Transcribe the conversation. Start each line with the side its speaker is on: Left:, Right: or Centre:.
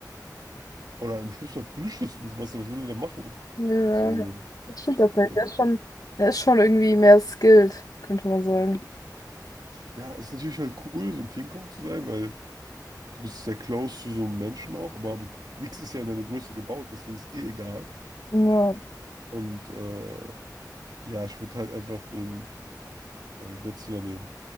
Right: oder im Schlimmsten Fall flüchtest du ins Wasser, was will der machen?
Left: Ja,
Right: So,
Left: das
Right: ist,
Left: stimmt tatsächlich.
Right: äh,
Left: Er ist schon, er ist schon irgendwie mehr skilled, könnte man sagen.
Right: Ja, es ist natürlich halt cool, so ein King Kong zu sein, weil du bist sehr close zu so einem Menschen auch, aber du, nichts ist ja in deine Größe gebaut, deswegen ist eh egal.
Left: Ja.
Right: Und äh, ja, ich würde halt einfach den äh, Godzilla nehmen.